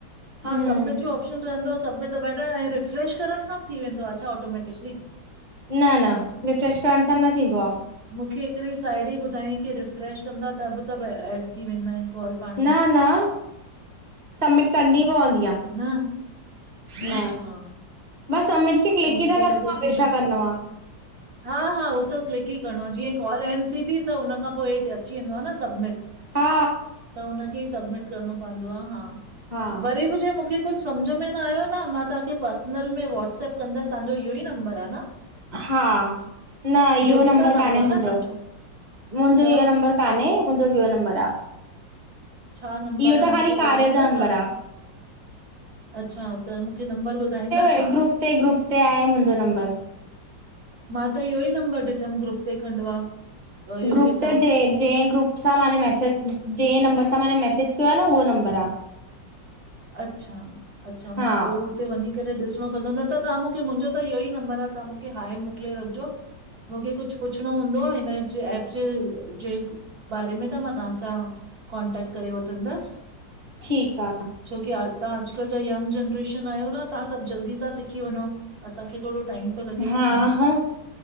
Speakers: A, on the right; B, on the right.
A: हा
B: हम्म
A: सबमिट जो ऑप्शन रहंदो आ सबमिट दॿाइंदा, ऐं रिफ्रेश करण सां बि थी वेंदो आ छा ऑटोमैटिकली?
B: न न रिफ्रेश करण सां न थींदो आ,
A: मूंखे हिकिड़ी साइड़ी ॿुधाईं की रिफ्रेश कंदा त बि सभु एड थी वेंदा आहिनि कॉल, पाणे ई,
B: न न सबमिट करणी पवंदी आ।
A: न, अच्छा
B: न, बस सबमिट खे क्लिक
A: मूंखे
B: ई त करणो
A: लॻो
B: आ
A: की
B: ॿियो
A: न
B: छा करण आ,
A: हा हा हूहो त क्लिक ई करिणो आं जीअं कॉल एंड थींदी त हुन खां पो हेठ अची वेंदो आ न सबमिट।
B: हा।
A: त हुनखे ई सबमिट करणो पवंदो आ हा
B: हा।
A: वरी बि छाए मूंखे कुछ सम्झ में नायो न मां तव्हांखे पर्सनल में व्हाट्सप कंदसि तव्हांजो इयो ई नंबर आ न?
B: हा, न इहो
A: योगिता
B: नंबर
A: नालो
B: कान्हे
A: आ
B: मुंहिंजो।
A: न तव्हांजो?
B: मुंहिंजो
A: त
B: इहो नंबर कान्हे, मुंहिंजो ॿियों नंबर आ,
A: छा नंबर
B: इहो त
A: आ,
B: ख़ाली
A: मूंखे
B: कार्य
A: ॿुधाईंदा
B: जो नंबर
A: छा?
B: आ।
A: अच्छा त मूंखे नंबर ॿुधाईंदा?
B: ए
A: छा?
B: ग्रुप ते ग्रुप ते आहे मुंहिंजो नंबर,
A: मां त इहो ई नंबर ॾिठमि, ग्रुप ते खंडवा। योगिता
B: ग्रुप ते जें जें ग्रुप सां माने मेसेज जंहिं नंबर सां माने मेसेज कयो आ न उहो नबर आ।
A: अच्छा, अच्छा मां
B: हा,
A: पोइ हुते वञी करे ॾिसणो पवंदो, न त तव्हां मूंखे मुंहिंजो त इहो ई नंबर आ, ता मूंखे हाए मोकिले रखिजो, मूंखे कुछ पुछणो हूंदो आ हिनजे एप जे जे बारे में त मां तव्हांसां, कॉन्टेक्ट करे वठंदसि।
B: ठीकु आ।
A: छोकी तव्हां अॼुकल्ह जा यंग जनरेशन आहियो, न तव्हां सभु जल्दी ता सिखी वञो। असांखे थोड़ो टाइम थो लॻे
B: हा
A: सिखण में,
B: ह,